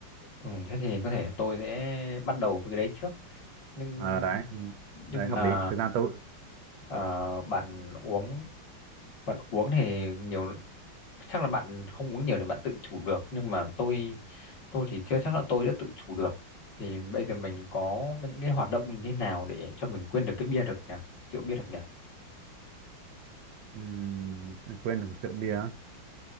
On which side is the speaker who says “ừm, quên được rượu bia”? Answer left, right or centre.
Right